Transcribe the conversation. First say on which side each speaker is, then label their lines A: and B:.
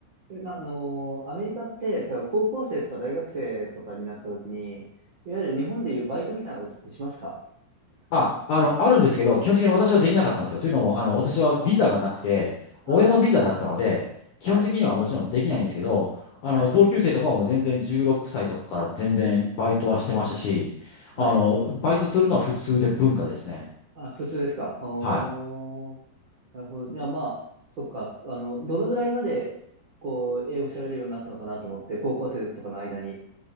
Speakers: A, on the right (about 75°); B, on the left (about 70°).
A: ー。え、な、あのーアメリカって、それは高校生とか大学生とかになった時に、いわゆる日本でいうバイトみたいなことってしますか
B: あ、あの、あるんですけど、基本的に私はできなかったんですよ。というのも、あの、私はビザがなくて、
A: あ
B: 親のビザだったので、
A: あ、あ
B: 基本的にはもちろんできないんですけど、
A: あ、はい、
B: あの、
A: はい、
B: 同級生とかはもう全然16歳とかから全然バイトはしてましたし、あの、
A: はい。
B: バイトするのは普通で文化ですね。
A: あ、普通ですか。おー、
B: はい。
A: なるほど。じゃあまあ、そっか。あの、どのぐらいまで、こう、英語喋れるようになったのかなと思って、高校生とかの間に。